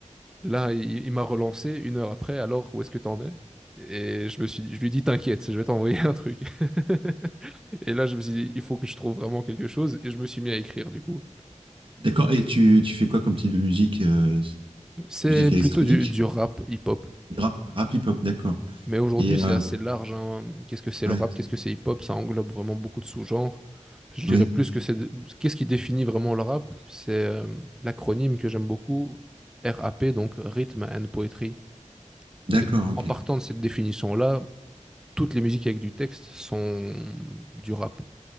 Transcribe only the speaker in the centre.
là, il, il m'a relancé une heure après, alors où est-ce que t'en es? Et je me suis, je lui ai dit, t'inquiète, je vais t'envoyer un truc. <laughs> Et là, je me suis dit, il faut que je trouve vraiment quelque chose, et je me suis mis à écrire, du coup.
C'est
plutôt
du, du rap hip-hop.
Mais aujourd'hui,
c'est assez large. hein. Qu'est-ce que c'est
le rap? Qu'est-ce que c'est hip-hop? Ça englobe vraiment beaucoup de sous-genres. Je dirais
plus que c'est... Qu'est-ce qui définit vraiment le rap? C'est euh, l'acronyme que j'aime beaucoup, RAP, donc Rhythm and Poetry.
Mais
en partant de cette définition-là, toutes les musiques avec du texte sont du rap.